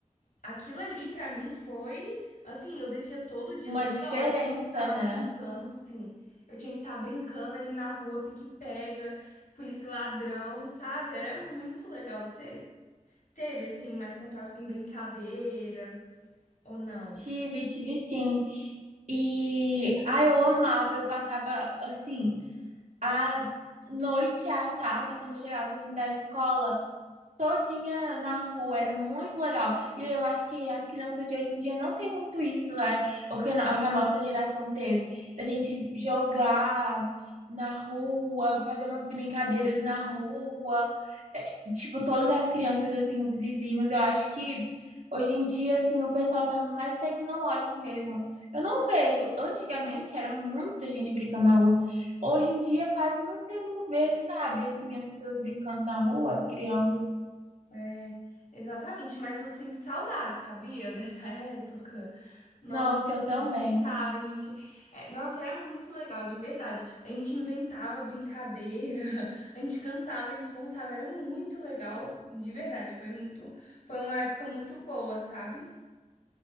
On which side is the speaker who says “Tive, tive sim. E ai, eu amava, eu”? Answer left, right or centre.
Right